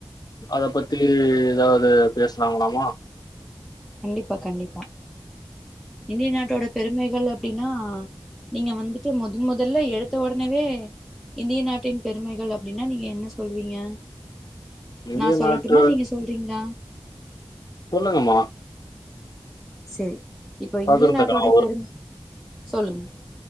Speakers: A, on the left; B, in the centre.
A: அத பத்தி ஏதாவது பேசலாங்களாமா
B: கண்டிப்பா கண்டிப்பா இந்திய நாட்டோட பெருமைகள் அப்டின்னா நீங்க வந்துட்டு முதன் முதல்ல எடுத்த உடனவே இந்திய நாட்டின் பெருமைகள் அப்டின்னா நீங்க என்ன சொல்லுவீங்க
A: இந்திய
B: நான் சொல்லட்டுமா
A: நாட்டு
B: நீங்க சொல்றீங்ளா
A: சொல்லுங்கம்மா.
B: சேரி இப்போ
A: பகிர்ந்துக்கலாம்.
B: இந்திய நாட்டோடைய பெருமை சொல்லுங்க